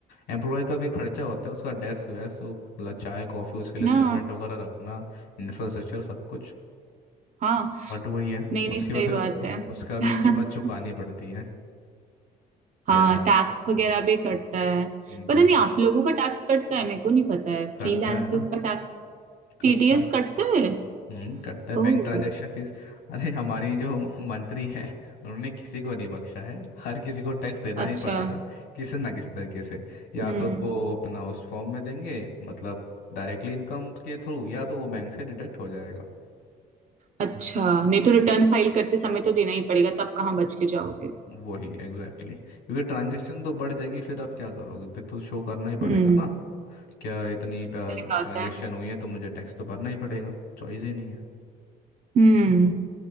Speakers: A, on the left (about 80°); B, on the right (about 45°).
A: एम्प्लॉय का भी एक खर्चा होता है उसका डेस्क वेस्क तो मतलब चाय कॉफ़ी उसके लिए
B: ना
A: सर्वेंट वगैरह रखना इंफ्रास्ट्रक्चर सब कुछ
B: हाँ
A: बट वही है
B: नहीं नहीं
A: उसके
B: सही
A: बाद फिर
B: बात
A: उस-
B: है
A: उसका
B: <laughs>
A: भी कीमत चुकानी पड़ती है
B: हाँ
A: क्या
B: टैक्स वगैरह भी कटता है
A: एग्जैक्टली
B: पता नहीं आप लोगों का टैक्स कटता है मेरे को नहीं पता है
A: करता
B: फ्रीलांसर्स
A: है ना
B: का टैक्स
A: करता
B: टीडीएस
A: है
B: कटता है
A: हम्म करता है बैंक
B: ओह
A: ट्रांजैक्शन फीस अरे हमारी जो म- मंत्री हैं उन्होंने किसी को नहीं बख्शा है हर किसी को टैक्स देना
B: अच्छा
A: ही पड़ेगा किसी ना किसी तरीके से या
B: हम्म
A: तो वो अपना उस फॉर्म में देंगे मतलब डायरेक्टली इनकम के थ्रू या तो वो बैंक से डिडक्ट हो जाएगा
B: अच्छा नहीं तो रिटर्न फाइल करते समय तो देना ही पड़ेगा तब कहाँ बच के जाओगे
A: वही एग्जैक्टली exactly. क्योंकि ट्रांजैक्शन तो बढ़ जाएगी फिर आप क्या करोगे फिर तो शो करना ही
B: हम्म
A: पड़ेगा ना क्या इतनी ट्रांजैक्शन
B: सही बात है
A: हुई है तो मुझे टैक्स तो भरना ही पड़ेगा चॉइस ही नहीं है
B: हम्म